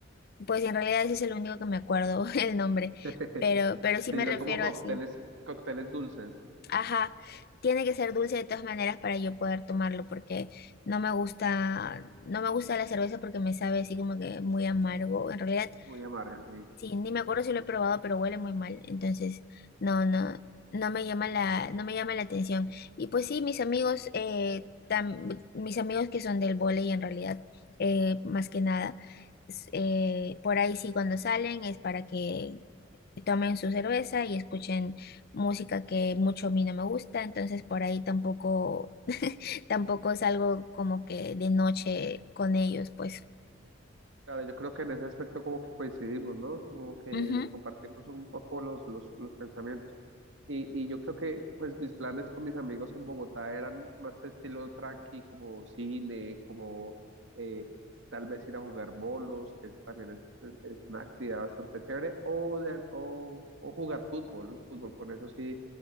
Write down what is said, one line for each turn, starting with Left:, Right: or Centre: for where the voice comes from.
Left: pues en realidad ese es el único que me acuerdo <laughs> el nombre,
Right: <laughs>
Left: pero, pero sí
Right: sí,
Left: me
Right: son
Left: refiero
Right: como cócteles,
Left: así.
Right: cócteles dulces,
Left: Ajá, tiene que ser dulce de todas maneras para yo poder tomarlo, porque no me gusta, no me gusta la cerveza porque me sabe así como que muy amargo. En realidad
Right: muy amargas, sí.
Left: Sí, ni me acuerdo si lo he probado, pero huele muy mal. Entonces, no, no, no me llama la, no me llama la atención. Y pues sí, mis amigos, eh, tam- mis amigos que son del vóley en realidad, eh, más que nada, s- eh, por ahí sí cuando salen es para que tomen su cerveza y escuchen música que mucho a mí no me gusta. Entonces, por ahí tampoco, <clears throat> <laughs> tampoco salgo como que de noche con ellos, pues.
Right: Claro, yo creo que en ese aspecto como que coincidimos, ¿no? Como que
Left: Ujú.
Right: compartimos un poco los, los, los pensamientos. Y, y yo creo que pues mis planes con mis amigos en Bogotá eran más estilo tranqui, como cine, como eh, tal vez ir a jugar bolos, que eso también es, es- es una actividad bastante chévere, o, de, o, o jugar fútbol, fútbol, con eso sí,